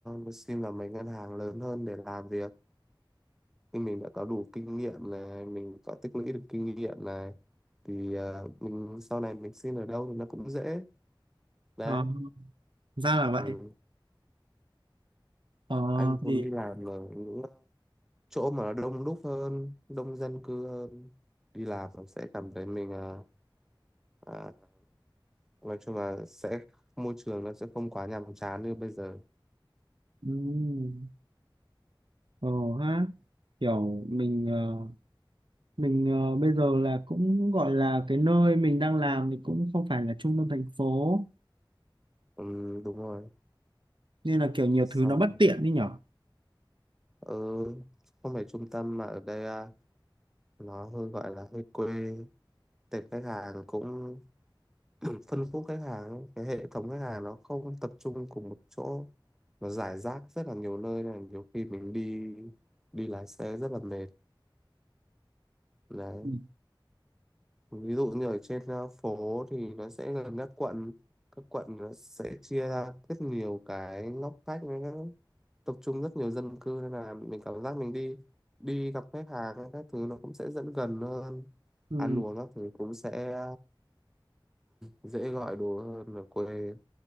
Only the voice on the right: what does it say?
Ờ, ra là vậy
ờ
thì
ừ. ờ ha kiểu mình ờ, mình ờ, bây giờ là cũng gọi là cái nơi mình đang làm thì cũng không phải là trung tâm thành phố
nên là kiểu nhiều
thứ nó bất tiện đi nhở
Ừ.
ừ.